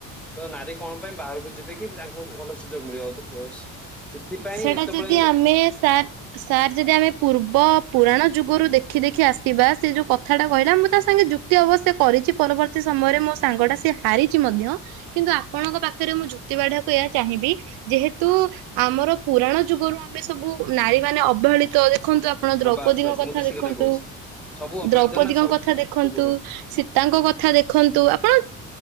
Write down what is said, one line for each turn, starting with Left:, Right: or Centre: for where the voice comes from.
Centre: ତ ନାରୀ କଣ ପାଇଁ ବାହାରକୁ ଯିବେ କି ତାଙ୍କୁ ଭଲ ସୁଯୋଗ ମିଳିବ। ସେଥିପାଇଁ
Right: ସେଟା
Centre: ଏତେବେଳେ
Right: ଯଦି ଆମେ ସାର୍ ସାର୍ ଯଦି ଆମେ ପୂର୍ବ ପୁରାଣ ଯୁଗରୁ ଦେଖି ଦେଖି ଆସିବା ସେ ଯୋଉ କଥାଟା କହିଲା ମୁଁ ତା ସାଙ୍ଗେ ଯୁକ୍ତି ଅବଶ୍ୟ କରିଛି ପରବର୍ତ୍ତୀ ସମୟରେ ମୋ ସାଙ୍ଗ ଟା ସେ ହାରିଛି ମଧ୍ୟ କିନ୍ତୁ ଆପଣଙ୍କ ପାଖରେ ମୁଁ ଯୁକ୍ତି ବାଢିବାକୁ ଏହା ଚାହିଁବି ଯେହେତୁ ଆମର ପୁରାଣ ଯୁଗରୁ ଆମେ ସବୁ ନାରୀ ମାନେ ଅବହେଳିତ ଦେଖନ୍ତୁ ଆପଣ
Centre: ହଁ
Right: ଦ୍ରୌପଦୀଙ୍କ
Centre: ବାସ୍ ବାସ୍
Right: କଥା
Centre: ମୁଁ ତ ସେ
Right: ଦେଖନ୍ତୁ
Centre: କହୁଛି। ସବୁ ଅବହେଳିତ
Right: ଦ୍ରୌପଦୀଙ୍କ
Centre: ନା ସବୁ
Right: କଥା ଦେଖନ୍ତୁ
Centre: ପୂର୍ବରୁ
Right: ସୀତାଙ୍କ କଥା ଦେଖନ୍ତୁ ଆପଣ